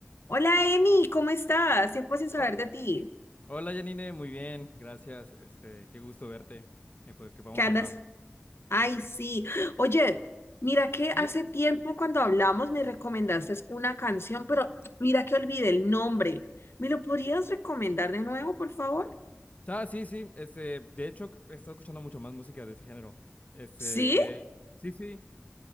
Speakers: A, on the left (about 70°); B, on the left (about 35°).
A: Hola Emi, ¿cómo estás? Tiempo sin saber
B: Oh,
A: de ti.
B: hola Janine, muy bien, gracias. Este, qué gusto verte. Eh, pues, que podamos
A: ¿Qué andas?
B: hablar.
A: Ay, sí. Oye, mira que
B: Sí,
A: hace tiempo cuando hablamos me recomendaste una canción, pero mira que olvidé el nombre. ¿Me lo podrías recomendar de nuevo, por favor?
B: ah, sí, sí. Este, de hecho, he estado escuchando mucho más música de ese género. Este,
A: ¿Sí?
B: eh, sí, sí.